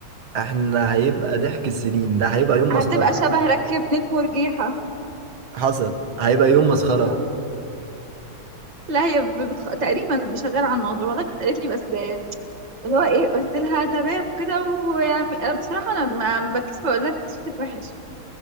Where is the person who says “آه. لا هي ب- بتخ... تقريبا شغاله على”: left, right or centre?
Right